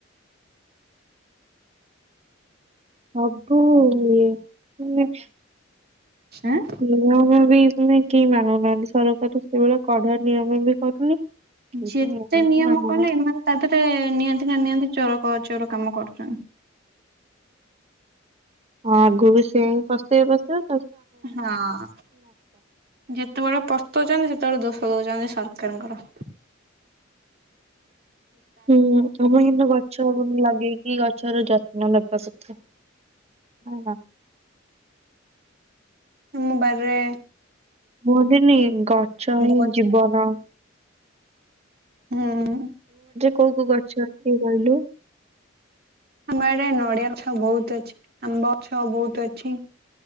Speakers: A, on the right; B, on the right.
A: ସବୁ ଇଏ। <unintelligible>
B: ଆଁ
A: ତମେ କେହି ମାନୁନାହାନ୍ତି ସରକାର ସେଇଭଳି କଢା ନିୟମ ବି କରୁନି। କେହି
B: ଯେତେ
A: ବି
B: ନିୟମ
A: ମାନୁନାହାନ୍ତି
B: କଲେ ଏମାନେ ତା ଦେହରେ ନିଅନ୍ତି ନା ନିଅନ୍ତି ଚୋର କ ଚୋର କାମ କରୁଛନ୍ତି।
A: ହଁ ଆଗୁକୁ ବି ସେଇ ପସ୍ତେଇ ସେ।
B: ହଁ ଯେତେବେଳେ ପସ୍ତଉଛନ୍ତି ସେତେବେଳେ ଦୋଷ। ଦୋଷ ଦଉଛନ୍ତି ସରକାର ଙ୍କର।
A: ହୁଁ ଆମ ଇନୁ ଗଛ ପୁଣି ଲଗେଇକି ଗଛର ଯତ ନବା ସଥା ହଁ ନା।
B: ତମ ବାରି ରେ।
A: କୁହନ୍ତିନି ଗଛ ହିଁ
B: ଗଛ
A: ଜୀବନ।
B: ହୁଁ।
A: କଉ କଉ ଗଛ ଅଛି କହିଲୁ।
B: ଆମ ଆଡେ ନଡ଼ିଆ ଗଛ ବହୁତ ଅଛି ଆମ୍ବ ଗଛ ବହୁତ ଅଛି।